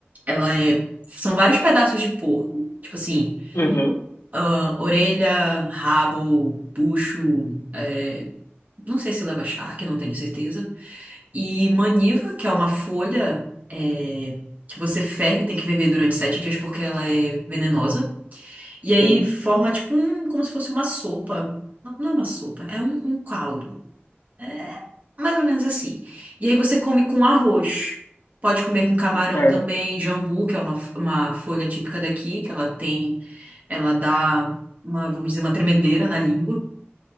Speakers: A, on the right; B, on the left.
A: ela é, são vários pedaços de porco, tipo assim,
B: Uhum,
A: ah, orelha, rabo, bucho, é, não sei se leva charque, não tenho certeza. E maniva, que é uma folha é, que você ferve, tem que ferver durante sete dias porque ela é venenosa. E aí
B: sim,
A: forma tipo um, como se fosse uma sopa. Não, não é uma sopa, é um, um caldo. É mais ou menos assim. E aí você come com arroz. Pode comer com camarão
B: certo.
A: também, jambu, que é uma, uma folha típica daqui, que ela tem, ela dá uma, vamos dizer, uma tremedeira na língua.